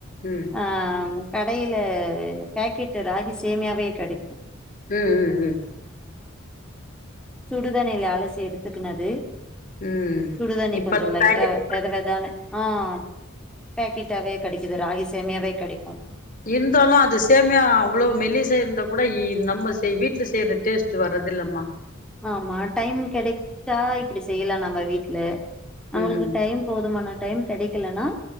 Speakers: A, on the left; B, in the centre.
A: ம்
B: ஆஹ் கடையில பேக்கெட்டு ராகி சேமையாவே கிடைக்கும்
A: உம் உம் உம்
B: சுடுதான இல்லலை ஆ எடுத்துக்கனது
A: ம்
B: சுடுதண்ணி
A: இப்ப
B: கொஞ்சம் லைட்டா
A: பேக்கெட்
B: வெத வெதானனு ஆஹ் பேக்கெட்டாவே கிடைக்கும் இது ராகி சேமையாவே கிடைக்கும்
A: இருந்தாலும் அது சேமையா அவ்வளவு மெலிச இருந்தா கூட நம்ம வீட்டுல செய்யற டேஸ்ட் வரதில்லமா
B: ஆமா டைம் கிடைச்சா இப்படி செய்யலாம் நம்ம வீட்டு்ல அவங்களுக்கு
A: ம்
B: டைம் போதுமான டைம் கிடைக்கும் லனா